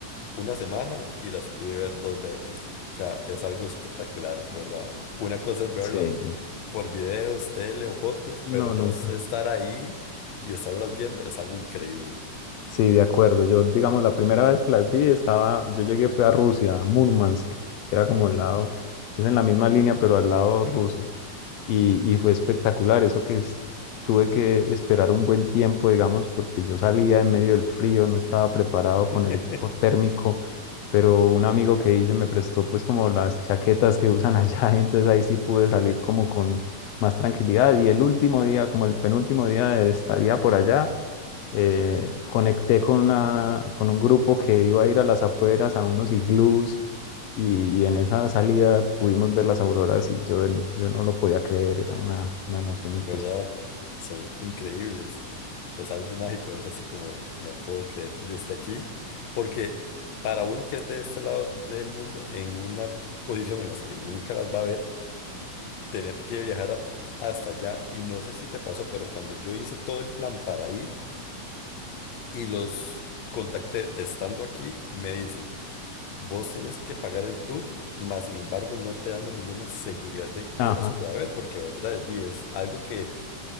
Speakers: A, on the left; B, on the left.
A: una semana y las pude ver dos veces. O sea, es algo espectacular, ¿verdad? Una cosa es verla
B: Sí.
A: por videos, tele o fotos, pero
B: No,
A: ya
B: nunca.
A: sé estar ahí y estarlas viendo es algo increíble.
B: Sí, de acuerdo. Yo, digamos, la primera vez que las vi estaba, yo llegué fue a Rusia, a Murmansk, que era como
A: Ujú.
B: al lado, es en la misma línea, pero al lado ruso. Y, y fue espectacular, eso que es- tuve que esperar un buen tiempo, digamos, porque yo salía en medio del frío, no estaba preparado con
A: <laughs>
B: el equipo térmico, pero un amigo que hice me prestó pues como las chaquetas que usan allá, <laughs> y entonces ahí sí pude salir como con más tranquilidad. Y el último día, como el penúltimo día de estadía por allá, eh, conecté con, una, con un grupo que iba a ir a las afueras, a unos iglús, y, y en esa salida pudimos ver las auroras y yo, yo no lo podía creer, era una, una emoción impresionante.
A: ¿Verdad? Son increíbles. Es algo mágico, es así como, no puedo creer que yo esté aquí, porque para uno que es de este lado del mundo, en una posición en las que nunca las va a ver, tener que viajar hasta allá y no sé si te pasó, pero cuando yo hice todo el plan para ir y los contacté estando aquí, me dicen, vos tenés que pagar el tour, mas sin embargo no te damos ninguna seguridad de
B: Ajá,
A: que las pueda ver, porque verdad es, di, es algo que